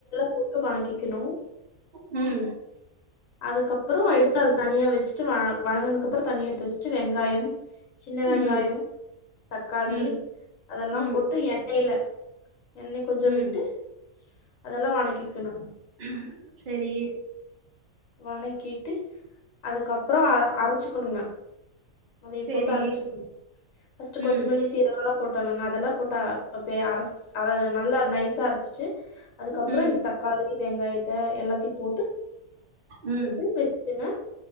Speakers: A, on the left; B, on the right.
A: போட்டு வனக்கிக்குனு
B: ம்
A: அதுக்கப்பறம் எடுத்து அது தனியா வெச்சுட்டு வா வணங்கனக்கு அப்புறம் தனியா எடுத்து வெச்சுட்டு வெங்காயம் சின்ன வெங்காயம்
B: ம்
A: தக்காளி
B: ம்
A: அதெல்லாம்
B: ம்
A: போட்டு எண்ணெய்ல எண்ணெ கொஞ்சோ
B: ம்
A: விட்டு அதெல்லா வணக்கிக்கனு
B: ம் செரி
A: வணக்கிட்டு அதுக்கப்றோ அ அரச்சுக்குனுங்க அதைய
B: செரி
A: போட்டு அரச்சுக்குனு ஃபர்ஸ்ட்டு கொத்தமல்லி
B: ம்
A: சீரகல்லா போட்டானுங்க அதெல்லா போட்டு கட்டியா அரச் நல்ல நைசா அரச்சிட்டு அதுக்கப்புறம்
B: ம்
A: இந்த தண் கால் இது வெங்காயத்த எல்லாத்தையு போட்டு
B: ம்
A: து வச்டுங்க